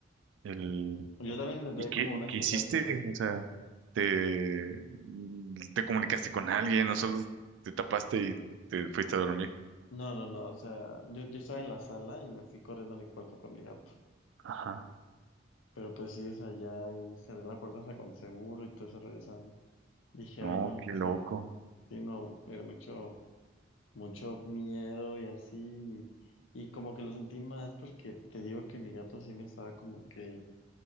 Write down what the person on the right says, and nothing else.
El...
¿Y qué,
y
qué
hiciste? O sea, ¿te, te comunicaste con alguien o solo te tapaste y te fuiste a dormir?
Ajá.
No,
qué
loco.